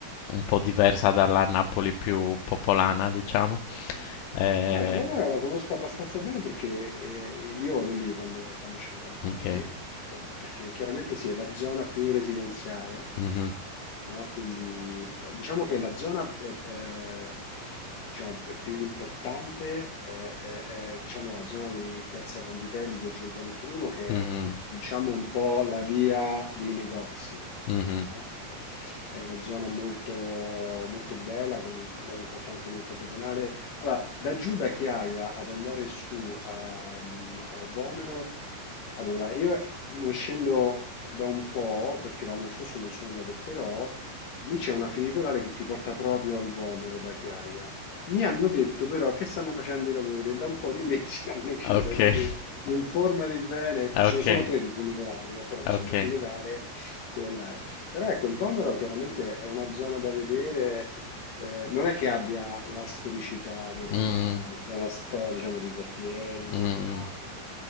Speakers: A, on the left; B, on the left.
A: un po' diversa dalla Napoli più popolana, diciamo. Eh,
B: Allora, Vomero la conosco abbastanza bene perché eh, io vado lì quando, quando scendo a Napoli,
A: ok.
B: eh, perché chiaramente sì, è la zona più residenziale,
A: Mhm.
B: no? Quindi eh, diciamo che la zona eh, eh, diciamo, eh, più importante è, è- è, diciamo, la zona di Piazza Vanvitelli, via Giordano Bruno, che
A: Mh-mh,
B: è diciamo un po' la via dei negozi,
A: mh-mh.
B: no? È una zona molto, molto bella, con un- l'hanno fatto anche molto pedonale. Allora, da giù da Chiaia ad andare su a, mhmm, a Vomero, allora io non scendo da un po', perché l'anno scorso non sono andato, però lì c'è una funicolare che ti porta proprio al Vomero da Chiaia. Mi hanno detto però che stanno facendo i lavori e da un po' di mesi <laughs> l'hanno chiusa,
A: Okay,
B: quindi informati bene.
A: <laughs>
B: Ce ne sono tre
A: okay,
B: di funicolari, eh, però insomma
A: okay.
B: in generale quella è. Però ecco, il Vomero chiaramente è una zona da vedere eh, non è che abbia la storicità della
A: Mh,
B: zona sto, diciamo, dei quartieri
A: mh,
B: di Napoli,